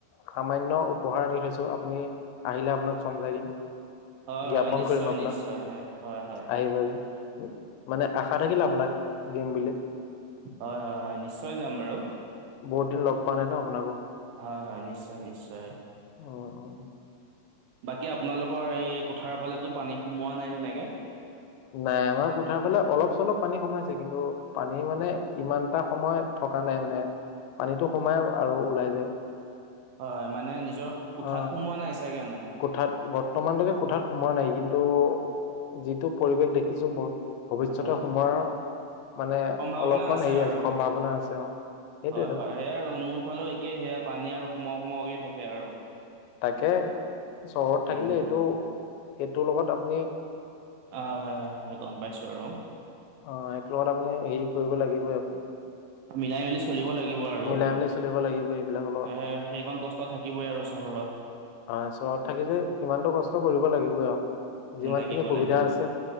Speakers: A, on the left; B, on the right.
A: সামান্য উপহাৰ আনি থৈছো আপুনি, আহিলে আপোনাক চঞ্জাই দিম।
B: হয়
A: দিয়া
B: হয়
A: ফুন
B: নিশ্চয়
A: কৰিম মই আপোনাক,
B: নিশ্চয় হয় হয়
A: আহি পালে। মানে আশা থাকিল আপোনাক, দিম বুলি।
B: হয়-হয়-হয়, নিশ্চয় যাম বাৰু।
A: বহুত দিন লগ পোৱা নাই ন আপোনাকো।
B: হয়-হয় নিশ্চয় নিশ্চয়।
A: অহ-অহ।
B: বাকী আপোনালোকৰ এই কোঠাৰ ফালতো, পানী সোমোৱা নাই তেনেকে?
A: নাই আমাৰ কোঠাৰ ফালে অলপ-চলপ পানী সোমাইছে, কিন্তু পানী মানে ইমানটা সময়ত থকা নাই মানে, পানীতো সোমাই আৰু ওলাই যায়।
B: হয় মানে নিজৰ, কোঠাত
A: অ
B: সোমোৱা নাই চাগে ন?
A: কোঠাত বৰ্তমানলৈকে কোঠাত সোমোৱা নাই, ‌ কিন্তু যিটো পৰিৱেশ দেখিছো ব ভৱিষ্যতে
B: হয়
A: সোমোৰ মানে
B: সম্ভাৱনা
A: অলপমান হেৰি
B: আৰু
A: আছে, সম্ভাৱনা আছে অ', সেইটোৱেতো।
B: হয় হয় সেয়াই আৰু মোৰ ফালেও একেই সেয়া পানী আৰু সোমোৱা সোমোৱকে থাকে আৰু।
A: তাকে, চহৰত থাকিলে
B: উম
A: সেইটো, সেইটোৰ লগত আপুনি
B: অ' হয়-হয়-হয়-হয় গম পাইছো আৰু।
A: অ' এক লগত আপুনি, হেৰি কৰিব লাগিবই আপুনি।
B: মিলাই মেলি চলিব লাগিব আৰু।
A: মিলাই মেলি চলিব লাগিব এইবিলাক অলপ।
B: এ সেইকণ কষ্ট থাকিবই আৰু চহৰত।
A: আহ চহৰত থাকি যে, ইমানতো কষ্ট কৰিব লাগিব আৰু,
B: উম
A: যিমান
B: লাগিব
A: খিনি সুবিধা
B: লাগিব
A: আছে